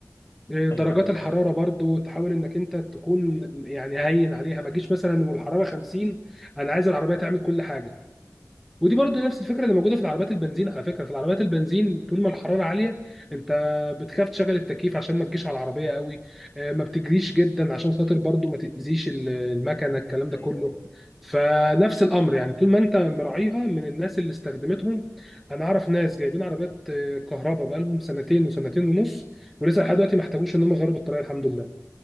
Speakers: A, in the centre; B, on the left (about 45°).
A: آه،
B: ايوه
A: درجات
B: ايوه فاهم
A: الحراره برضو تحاول انك انت تكون يعني هين عليها ما تجيش مثلا والحراره 50 انا عايز العربيه تعمل كل حاجه ودي برضه نفس الفكره اللي موجوده في العربيات البنزين على فكره في العربيات البنزين طول ما الحراره عاليه انت بتخاف تشغل التكييف عشان ما تجيش على العربيه قوي آه، ما بتجريش جدا عشان خاطر برضه ما تاذيش ال- المكنه الكلام
B: ايوه
A: ده كله
B: ايوه
A: فنفس الامر يعني طول ما انت مراعيها من الناس اللي استخدمتهم انا اعرف ناس جايبين عربيات آه، كهرباء بقالهم سنتين وسنتين ونص ولسه لحد دلوقتي ما احتاجوش ان هم يغيروا البطاريه الحمد لله